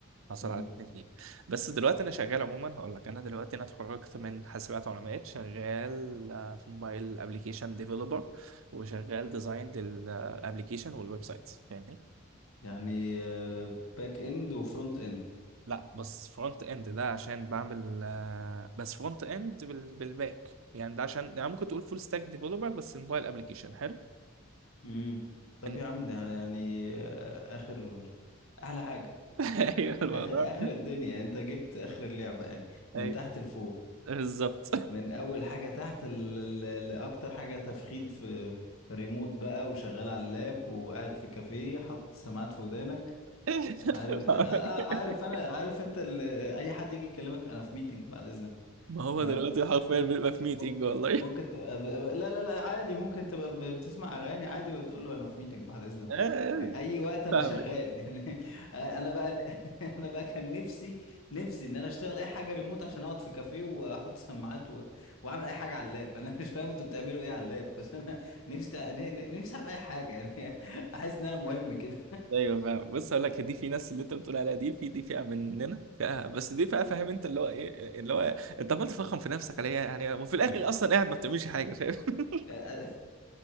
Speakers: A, on the right (about 70°); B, on the left (about 80°).
A: حصل
B: مم.
A: على اتنين جنيه بس دلوقتي انا شغال عموما هقول لك انا دلوقتي انا اتخرجت من حاسبات ومعلومات شغال آه، في موبايل ابلكيشن ديفلوبر وشغال ديزاين للابلكيشن والويب سايتس فاهمني
B: يعني باك اند وفرونت اند
A: لا بس فرونت اند ده عشان بعمل آه، بس فرونت اند بال- بالباك يعني ده عشان يعني ممكن تقول فول ستاك ديفلوبر بس الموبايل ابلكيشن حلو
B: امم طب
A: إن-
B: يا عم ده يعني آه، اخر احلى حاجه
A: <laughs> ايوه الموضوع
B: اخر اخر الدنيا يعني انت جبت اخر اللعبه يعني من
A: ايوه
B: تحت لفوق
A: بالظبط
B: من اول حاجه تحت ل- ل- لاكتر حاجه تفخيد في ريموت بقى وشغال على اللاب وقاعد في كافيه حاطط السماعات في ودانك
A: <laughs>
B: عارف آه آه عارف انا عارف انت ال- اي حد يجي يكلمك انا في ميتنج بعد اذنك
A: ما هو
B: آه،
A: دلوقتي حرفيا بنبقى في ميتنج
B: م-
A: والله
B: ممكن تبقى ب... ب- لا لا لا عادي ممكن تبقى ب... بتسمع اغاني عادي وتقول له انا في ميتنج بعد اذنك
A: <laughs> آه،
B: يعني اي وقت انا
A: فاهمك
B: شغال يعني <laughs> انا بقى <laughs> انا بقى كان نفسي نفسي ان انا اشتغل اي حاجه ريموت عشان اقعد في كافيه واحط سماعات و... واعمل اي حاجه على اللاب انا مش فاهم انتوا بتعملوا ايه على اللاب <laughs> بس انا نفسي ن- ن- نفسي اعمل اي حاجه يعني <laughs> احس ان انا مهم كده
A: ايوه فاهم بص هقول لك دي في ناس اللي انت بتقول عليها دي في دي فئه مننا فئه بس دي فئه فاهم انت اللي هو ايه اللي هو انت عمال تفخم في نفسك عليها يعني وفي الاخر اصلا قاعد ما بتعملش حاجه فاهم <laughs>
B: <laughs>